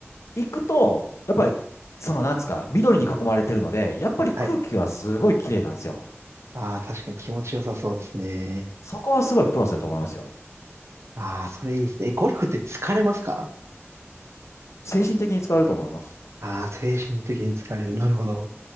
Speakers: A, on the left (about 85°); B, on the right (about 70°).
A: 行くと、やっぱり、そのなんですか、緑に囲まれてるので、やっぱり空気はすごい綺麗なんですよ。
B: はい。ああ、確かに気持ちよさそうですね。
A: そこはすごいプラスだと思いますよ。
B: ああ、それいいですね。えゴルフって疲れますか
A: 精神的に疲れると思います。
B: ああー、精神的に疲れる。なるほど。